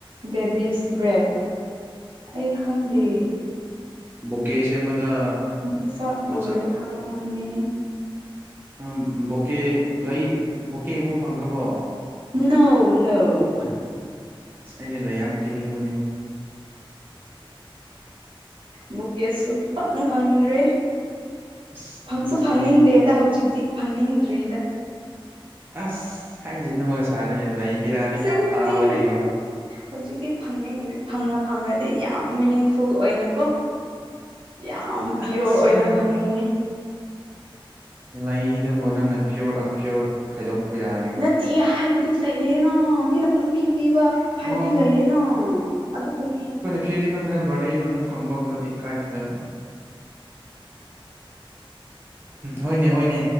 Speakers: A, on the right (about 65°); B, on the right (about 25°).
A: ꯕꯦꯕꯤꯁ ꯕ꯭ꯔꯦꯗ ꯑꯩ ꯈꯪꯗꯦ꯫
B: ꯕꯨꯀꯦ ꯁꯦꯝꯕꯗ
A: ꯃꯁꯛ
B: ꯃꯆꯥ
A: ꯎꯔꯗꯤ ꯈꯪꯉꯝꯃꯅꯤ
B: ꯎꯝ ꯕꯣꯀꯦ ꯂꯩ ꯕꯣꯀꯦꯒꯨꯝꯕ ꯐꯪꯈ꯭ꯔꯕꯣ꯫
A: ꯅꯧ ꯅꯧ
B: ꯑꯁ ꯑꯩꯗꯤ ꯂꯩ ꯌꯥꯝ ꯄꯤꯅꯤꯡꯕꯅꯤꯅꯦ꯫
A: ꯕꯨꯀꯦ ꯁ ꯐꯪ ꯐꯪꯗ꯭꯭ꯔꯔꯤ
B: ꯑꯁ
A: ꯐꯪꯁꯨ
B: ꯅꯨꯡꯁꯤ
A: ꯐꯪꯅꯤꯡꯗꯦꯗ ꯍꯧꯖꯤꯛꯇꯤ ꯐꯪꯅꯤꯡꯗ꯭ꯔꯤꯗ
B: ꯑꯁ ꯍꯥꯏꯖꯤꯅꯕ ꯁꯥꯔꯦ ꯂꯩ ꯄꯤꯔꯛꯑꯗꯤ
A: ꯑꯁꯦꯡꯕꯅꯦ
B: ꯀꯌꯥꯝ ꯍꯔꯥꯎꯒꯅꯤ ꯌꯦꯡꯉꯣ꯫
A: ꯍꯧꯖꯤꯛꯇꯤ ꯐꯪꯅꯤꯡꯗꯦ ꯐꯪꯉ ꯐꯪꯉꯗꯤ ꯌꯥꯝ ꯃꯤꯅꯤꯡꯐꯨꯜ ꯑꯣꯏꯅꯀꯣ꯫ ꯌꯥꯝ ꯄꯤꯌꯣꯔ
B: ꯑꯠꯁꯥ
A: ꯑꯣꯏꯅ ꯐꯪꯅꯤꯡꯉꯤ
B: ꯂꯩꯗꯨꯕꯨ ꯅꯪꯅ ꯄꯤꯌꯣꯔ ꯑꯟ ꯄꯤꯌꯣꯔ ꯈꯥꯏꯗꯣꯛꯄ ꯌꯥꯏ
A: ꯅꯠꯇꯦ ꯍꯥꯏꯕꯨꯗꯤ ꯂꯩꯌꯦꯅ ꯃꯤꯅ ꯄꯥꯕꯤ ꯄꯤꯕ ꯍꯥꯏꯕꯗꯤ
B: ꯑꯣ
A: ꯂꯩꯌꯦꯅ ꯑꯗꯨꯕꯨꯅꯤ
B: ꯐꯤꯗꯤ ꯈꯪꯗꯔꯦ ꯕꯥꯔꯗꯦꯒꯨꯝꯕꯗ ꯐꯪꯕꯒꯨꯝꯕꯗꯤ ꯀꯥꯏꯗ <unintelligible> ꯍꯣꯏꯅꯦ ꯍꯣꯏꯅꯦ